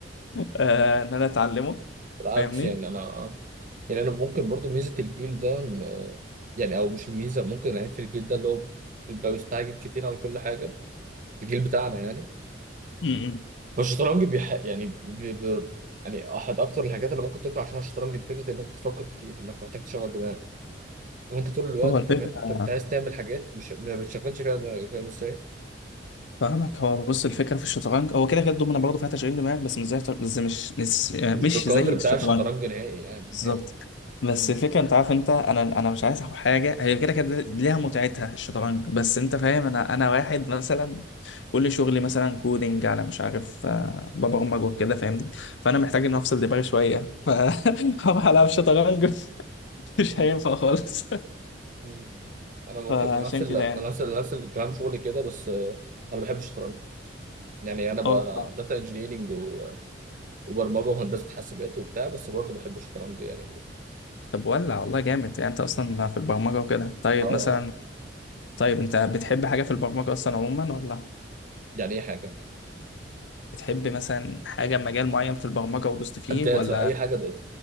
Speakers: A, on the left; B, on the right.
A: آه، إن أنا أتعلمه
B: بالعكس
A: فاهمني
B: يعني انا آه. يعني انا ممكن برضو ميزه الجيل ده إن- يعني او مش الميزه ممكن العيب في الجيل ده اللي هو بيبقى مستعجل كتير على كل حاجه الجيل بتاعنا يعني
A: م- م.
B: فالشطرنج بيح... يعني بي... بي... يعني احد اكتر الحاجات اللي ممكن تطلع عشان الشطرنج فكره انك بتفكر كتير انك محتاج تشغل دماغك وانت طول الوقت
A: هو الفكرة
B: انت انت أنت عايز تعمل حاجات مش ما بتشغلش فيها دماغك فاهم ازاي؟
A: فاهمك هو بص الفكره في الشطرنج هو كده كده الدومنه برضه فيها تشغيل دماغ بس مش زي بس مش مش
B: مش
A: مش
B: بالقدر
A: زي الشطرنج
B: بتاع الشطرنج نهائي يعني
A: بالظبط
B: نهائي
A: بس
B: مم.
A: الفكره انت عارف انت انا انا مش عايز حاجه هي كده كده ليها متعتها الشطرنج بس انت فاهم انا انا واحد مثلا كل شغلي مثلا كودينج على مش عارف آه، ببرمج
B: مم.
A: وكده فاهمني فانا محتاج ان افصل دماغي شويه فهروح <laughs> العب شطرنج <laughs> مش
B: مم.
A: هينفع خالص
B: مم.
A: <laughs>
B: انا ممكن
A: فعشان
B: نفس ال...
A: كده يعني
B: نفس ال... نفس الكلام شغلي كده بس آه، انا بحب الشطرنج يعني انا بقى
A: اه
B: داتا انجينيرنج و... وبرمجه وهندسه حاسبات وبتاع بس برضه بحب الشطرنج يعني
A: طب ولع والله جامد يعني انت اصلا في البرمجه وكده طيب
B: اه اه
A: مثلا طيب انت بتحب حاجة في البرمجة اصلا عموما ولا
B: يعني اي حاجه
A: بتحب مثلا حاجة مجال معين في البرمجة ودوست فيه
B: اديت
A: ولا
B: اي حاجه